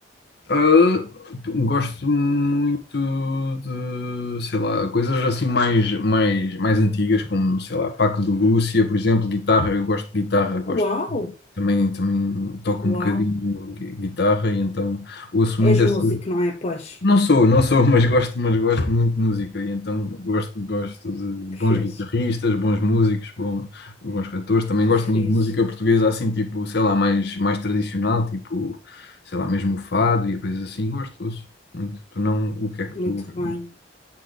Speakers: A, on the left; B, on the left.
A: Ah, gosto muito de, sei lá, coisas assim mais, mais, mais antigas, como, sei lá, Paco de Lúcia, por exemplo, guitarra. Eu gosto de guitarra, gosto.
B: Uau!
A: Também, também toco
B: Uau!
A: um bocadinho de gui- guitarra e então ouço muito
B: És
A: essa,
B: músico, não é? Pois.
A: Não sou, não sou, mas gosto, mas gosto muito de música e então gosto, gosto de
B: Que
A: bons
B: fixe.
A: guitarristas, bons músicos, bom- bons cantores. Também
B: Que
A: gosto
B: fixe.
A: muito de música portuguesa assim, tipo, sei lá, mais, mais tradicional, tipo, sei lá, mesmo o fado e coisas assim. Gosto, ouço muito. Tu não, o que é que
B: Muito
A: tu ouves?
B: bem.
A: mais?